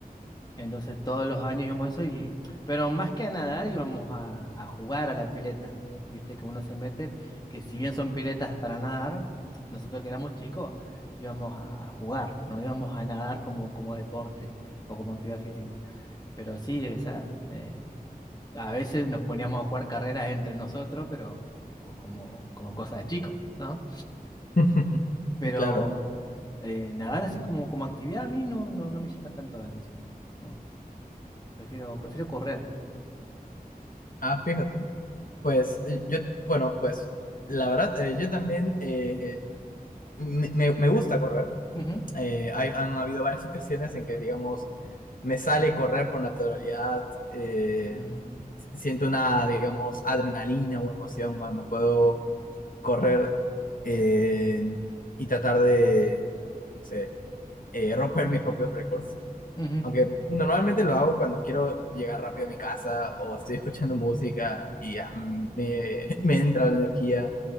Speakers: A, on the left (about 25°); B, on the left (about 60°).
A: Entonces todos los años íbamos a eso, y, pero más que a nadar íbamos a, a jugar a la pileta. Viste que uno se mete, que si bien son piletas para nadar, nosotros que éramos chicos íbamos a jugar, no íbamos a nadar como, como deporte o como actividad física. Pero sí, o sea, eh, a veces nos poníamos a jugar carreras entre nosotros, pero co- como, como cosa de chico, ¿no?
B: <laughs>
A: Pero
B: Claro.
A: eh, nadar así como, como actividad a mí no, no, no me llama tanto la atención, ¿no? Prefiero, prefiero correr.
B: Ah, fíjate. Pues eh, yo, bueno, pues la verdad, eh, yo también eh, me, me- me gusta correr.
A: Ujú,
B: Eh, hay- han habido varias <laughs> ocasiones en que, digamos, me sale correr por naturalidad. eh,
A: ujú,
B: siento una, digamos, adrenalina o emoción cuando puedo correr eh, y tratar de, no sé, eh, romper mis propios récords.
A: ujú,
B: Aunque normalmente lo hago cuando quiero llegar rápido a mi casa o estoy escuchando música y ya, mm, me, <laughs> me entra la energía